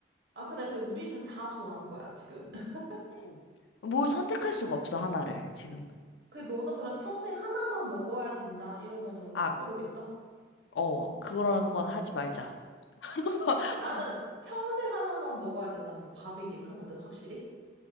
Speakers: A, on the right; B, on the left.
A: 아, 근데 그 우리는 다 좋아하는 거야, 지금. <laughs>
B: 응. 뭘 선택할 수가 없어, 하나를, 지금.
A: 그 너는 그럼 평생 하나만 먹어야 된다 이러면은
B: 아,
A: 못 고르겠어?
B: 어, 그런 건 하지 말자. <laughs>
A: 나는 평생 하나만 먹어야 된다면 밥이긴 하거든, 확실히.